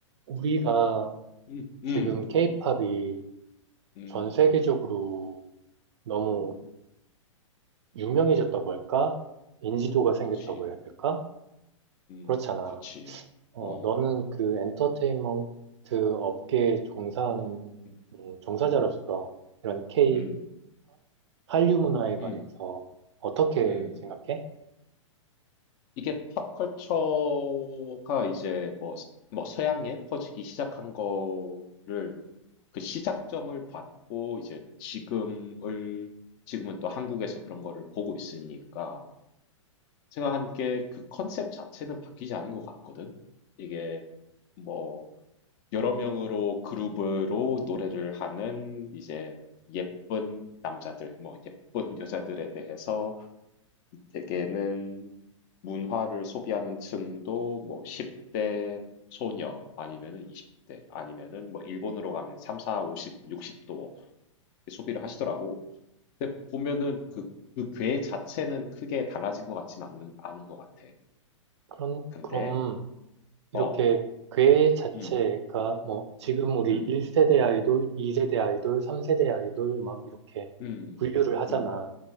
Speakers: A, on the right (about 60°); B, on the left (about 35°).
A: 우리가
B: 음, 음,
A: 지금 케이팝이
B: 음,
A: 전 세계적으로 너무
B: 음,
A: 유명해졌다고 할까? 인지도가 생겼다고
B: 그치,
A: 해야 될까?
B: 음,
A: 그렇잖아.
B: 그치,
A: 어,
B: 어,
A: 너는 그 엔터테인먼트 업계에 종사하는
B: 음,
A: 음, 종사자로서
B: 음,
A: 이런 케이팝
B: 음,
A: 한류 문화에 관해서
B: 음,
A: 어떻게
B: 음.
A: 생각해?
B: 이게 팝컬처가 이제 뭐, 스- 뭐 서양에 퍼지기 시작한 거를 그 시작점을 봤고 이제 지금을 지금은 또 한국에서 그런 거를 보고 있으니까 생각한 게 그 컨셉 자체는 바뀌지 않은 것 같거든. 이게 뭐 여러 명으로 그룹으로 노래를 하는 이제 예쁜 남자들, 뭐 예쁜 여자들에 대해서 대개는 문화를 소비하는 층도 뭐 10대 소녀 아니면은 20대 아니면은 뭐 일본으로 가면 3, 4, 50, 60도 소비를 하시더라고. 근데 보면은 그, 그 괴 자체는 크게 달라진 것 같진 않은, 않은 것 같아.
A: 그런,
B: 근데,
A: 그럼 이렇게
B: 어,
A: 괴 자체가
B: 음,
A: 뭐 지금 우리
B: 음,
A: 1세대 아이돌, 2세대 아이돌, 3세대 아이돌 막 이렇게
B: 음,
A: 분류를 하잖아.
B: 음,